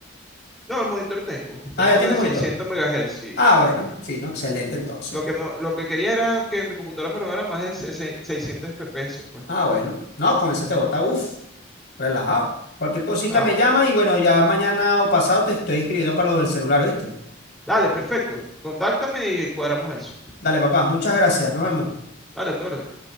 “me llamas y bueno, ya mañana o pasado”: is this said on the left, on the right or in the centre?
Left